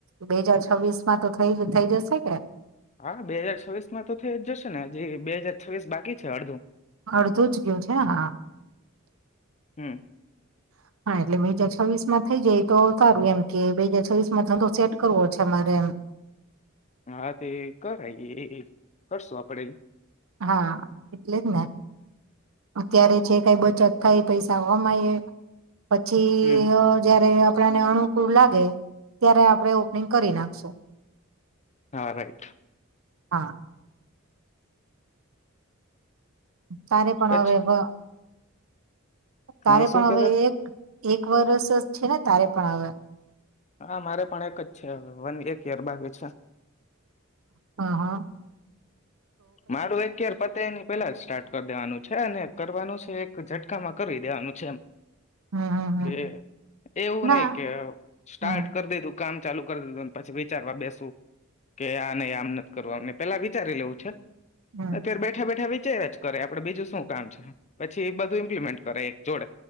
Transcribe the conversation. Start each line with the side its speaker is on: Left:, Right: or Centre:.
Right: બે હાજાર છવ્વીસમાં તો થઈ થઈ જશે કે
Left: હા બે હાજાર છોવીસ માં તો થઈ જ જશે બે હજાર છ્વીસ બાકી અાધું
Right: અડધું જ ગયું છે હા હા
Left: હમ
Right: એટલે બીજા છવવીસ માં થઈ જાય તો સારું એમ કે બે હાજર છવવીસ માં ધ સેટ કરવો છે અમારે એમ
Left: હા તે કર આ કરશું આપડે
Right: હા એટલે જ ને અત્યારે જે કઈ બચત થઈ પૈસા કમાય પછી
Left: હમ
Right: જયારે આપને અનુકૂળ લાગે ત્યારે આપણે ઓપનિંગ કરી નાખશું
Left: હા રાઈટ
Right: હા તારે પણ
Left: પછી
Right: હવે તારે
Left: હા શું
Right: પણ
Left: કેતા
Right: હવે એક એક વરષ છે ને તારે પણ આવે.
Left: હા મારે પણ એક જ છે, વન એક યર બાકી છે.
Right: હા-હા.
Left: માડું એક ખાર પતેય નની પેલા જ સ્ટાર્ટ કરી દેવાનું છે અને કરવાનું છે એક ઝટકામાં કરી દેવાનું છે એમ
Right: હમ હમ હમ
Left: કે એવું
Right: ના
Left: નહ કે સ્ટાર્ટ
Right: હમ
Left: કરી દેધું. કામ ચાલુ કરી દીધું પછી વિચારવા બેસું કે આ નને આમ નથી કરવુંમ પેલા વિચારી લેવું છે.
Right: હમ
Left: અત્યારે બેઠા બેઠા વ ચેર જ કરે આપડે બીજું શું કામ છે પછી એ બધું ઇમ્પ્લિમેન્ટ કરે એક જોડે.